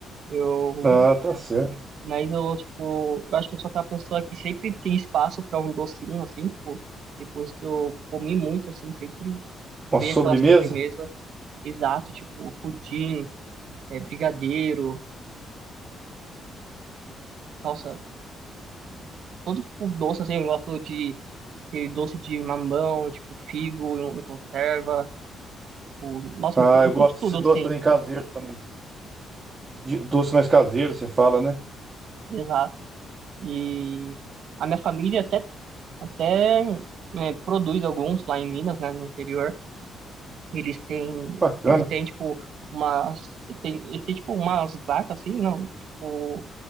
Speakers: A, on the right; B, on the right.
A: eu,
B: Ah, tá certo.
A: mas eu, tipo, eu acho que eu sou aquela pessoa que sempre tem espaço pra um docinho, assim, tipo, depois que eu comi muito, assim, sempre
B: Uma
A: ver
B: sobremesa?
A: aquela sobremesa exato, tipo pudim, é, brigadeiro, nossa, todo tipo de doce, assim, eu gosto de aquele doce de mamão, tipo figo em, em conserva, o, nossa,
B: Ah,
A: eu, cu- eu
B: eu gosto
A: curto tudo,
B: desse doce
A: assim,
B: também
A: tipo,
B: caseiro também. De- Doce mais caseiro, você fala, né?
A: exato. E a minha família até, até né, produz alguns lá em Minas, né, no interior, eles têm,
B: Bacana.
A: eles têm, tipo, umas, tem, eles têm, tipo, umas vacas, assim, não, tipo,